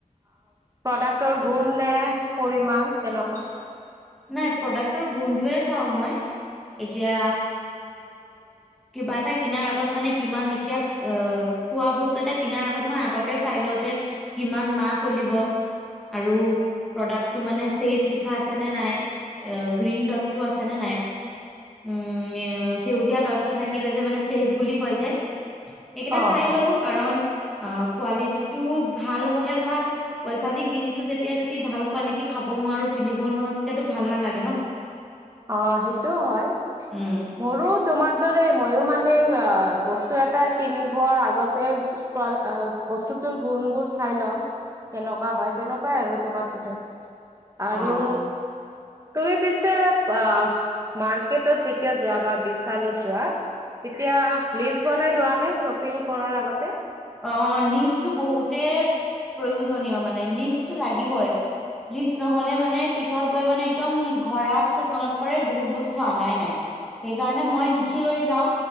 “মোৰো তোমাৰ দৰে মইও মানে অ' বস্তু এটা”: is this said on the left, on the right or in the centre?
Right